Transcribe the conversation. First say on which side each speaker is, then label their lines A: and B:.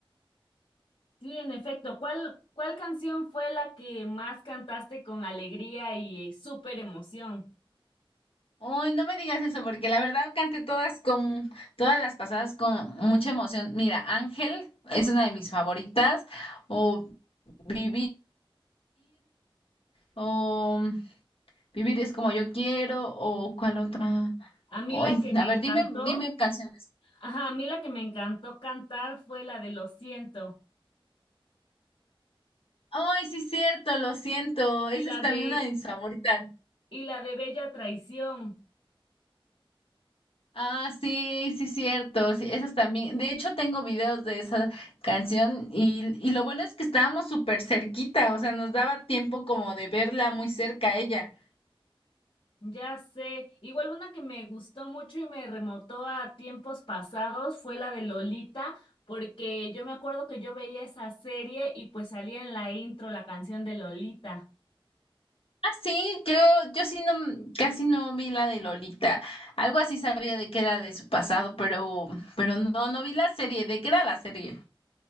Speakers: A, on the left (about 60°); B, on the left (about 80°).
A: Sí, en efecto. ¿Cuál, cuál canción fue la que más cantaste con alegría y eh, súper emoción?
B: Uy, no me digas eso, porque la verdad canté todas con, todas las pasadas con mucha emoción. Mira, Ángel es una de mis favoritas, o Vivir, o Vivir es como yo quiero o cuál otra.
A: A mí
B: Ay,
A: la que me
B: a ver,
A: encantó,
B: dime, dime canciones.
A: ajá, a mí la que me encantó cantar fue la de Lo siento
B: Ay, sí, cierto, lo siento. Esa
A: y la
B: es también
A: de
B: una de mis favoritas.
A: y la de Bella Traición.
B: Ah, sí, sí, cierto. Sí, esas también. De hecho, tengo videos de esa canción y, y lo bueno es que estábamos súper cerquita, o sea, nos daba tiempo como de verla muy cerca a ella.
A: Ya sé. Igual una que me gustó mucho y me remotó a tiempos pasados fue la de Lolita, porque yo me acuerdo que yo veía esa serie y pues salía en la intro la canción de Lolita,
B: Ah, sí, yo, yo sí no, casi no vi la de Lolita. Algo así sabía de que era de su pasado, pero, pero no, no vi la serie. ¿De qué era la serie?